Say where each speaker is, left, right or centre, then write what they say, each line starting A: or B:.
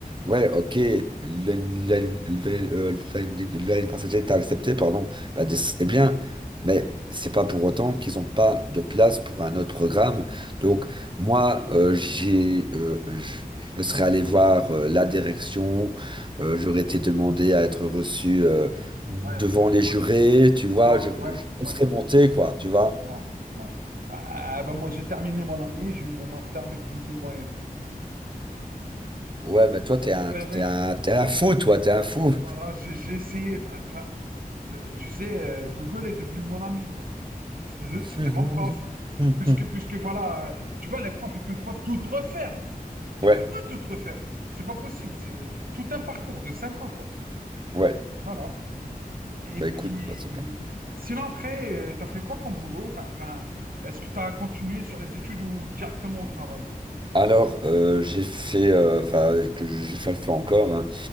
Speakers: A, on the right; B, on the right.
A: ouais, ok, l'année l'année- euh, l'année- l'année passagère t'a accepté, pardon, bah, des- c'est bien, mais c'est pas pour autant qu'ils ont pas de place pour un autre programme. Donc,
B: Mhm,
A: moi, euh, j'ai, euh, je je serais allé voir euh, la direction, euh, j'aurais été
B: mhm.
A: demandé à être reçu. euh, devant
B: Ouais, plus,
A: les
B: ouais.
A: jurés, tu vois,
B: Voilà,
A: je,
B: ouais,
A: je laisserai
B: ouais.
A: monter, quoi, tu vois.
B: non voilà. Ah, ah, bah, moi, j'ai terminé mon année, j'ai eu mon master avec 12 de moyenne.
A: Ouais, bah toi, t'es
B: Donc,
A: un,
B: ben,
A: t'es
B: ben,
A: un, t'es un fou, toi, t'es un fou.
B: voilà, j'ai j'ai essayé. Enfin, enfin, euh, tu sais, euh, Google est devenu mon ami, quoi. C'était
A: <laughs>
B: c'était mon prof. Puisque, puisque voilà, euh, tu vois, les profs, ils peuvent pas tout refaire. Ils
A: Ouais,
B: peuvent pas tout refaire. C'est pas possible. C'est tout un parcours de 5 ans, quoi.
A: ouais.
B: Et Voilà. Et
A: Bah
B: puis,
A: écoute, bah, c'est bien.
B: sinon, après, tu as fait quoi comme boulot? Enfin, enfin, est-ce que tu as continué sur les études ou directement au travail, quoi?
A: Alors, euh, j'ai fait, euh, enfin, que je, je le fais encore, hein.